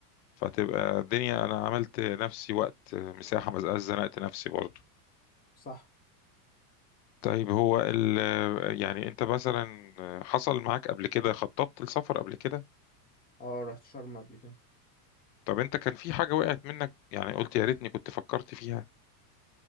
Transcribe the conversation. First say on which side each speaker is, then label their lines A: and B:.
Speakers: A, on the left; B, on the left.
A: فتبقى الدنيا انا عملت نفسي وقت مساحه ما بقاش زنقت نفسي برضو
B: صح
A: طيب هو ال يعني انت مثلا حصل معاك قبل كده خططت لسفر قبل كده
B: اه رحت شرم قبل كده
A: طب انت كان في حاجة وقعت منك يعني قلت يا ريتني كنت فكرت فيها